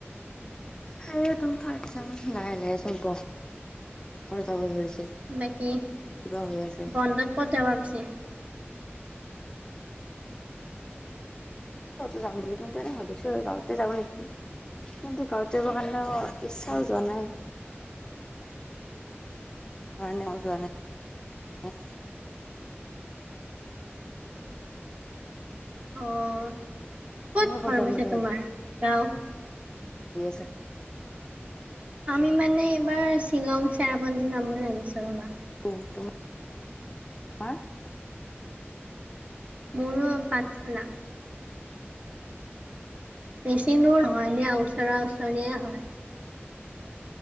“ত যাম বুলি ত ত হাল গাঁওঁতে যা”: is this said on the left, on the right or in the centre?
Left